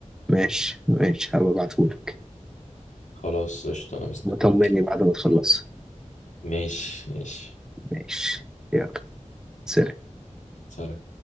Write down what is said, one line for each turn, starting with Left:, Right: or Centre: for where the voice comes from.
Centre: ماشي ماشي هبقى ابعتهولك
Left: خلاص قشطة أنا مستنيك
Centre: وطمني بعد ما تخلص
Left: ماشي ماشي
Centre: ماشي يلا سلام
Left: سلام